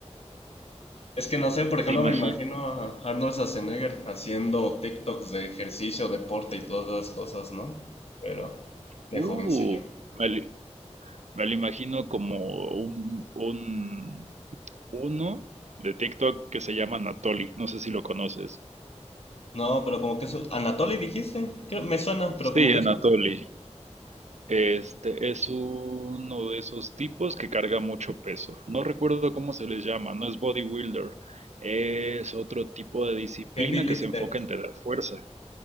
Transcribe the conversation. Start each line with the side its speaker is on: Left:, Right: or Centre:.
Left: Es que no sé, por ejemplo,
Right: ¿Te imagino?
Left: me imagino a Arnold Schwarzenegger haciendo TikToks de ejercicio, deporte y todas esas cosas, ¿no? Pero de
Right: Uh,
Left: jovencillo.
Right: me, li- me lo imagino como un, un uno de TikTok que se llama Anatoly. No sé si lo conoces.
Left: No, pero como que eso. Anatoly dijiste. Creo, me suena, pero
Right: Sí,
Left: como que
Right: Anatoly.
Left: eso.
Right: Este es uno de esos tipos que carga mucho peso. No recuerdo cómo se les llama, no es bodybuilder. Es otro tipo de disciplina
Left: Heavy Lifter.
Right: que se enfoca en tener fuerza.